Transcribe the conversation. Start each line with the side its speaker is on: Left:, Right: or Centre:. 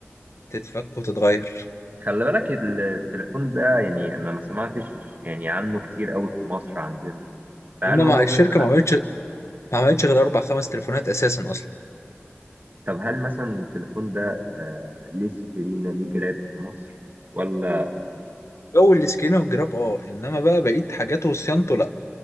Left: تتفك وتتغير
Right: خلي بالك ال- التليفون ده يعني أنا ما سمعتش يعني عنه كتير قوي في مصر عندنا فهل
Left: هما
Right: هو
Left: مع الشركه
Right: مثلا
Left: ما عملتش ما عملتش غير اربع خمس تليفونات اساسا اصلا
Right: طب هل مثلا التليفون ده آه، ليه سكرينة ليه جراب في مصر ولا
Left: جو السكرين والجراب اه انما بقى بقيت حاجاته وصيانته لا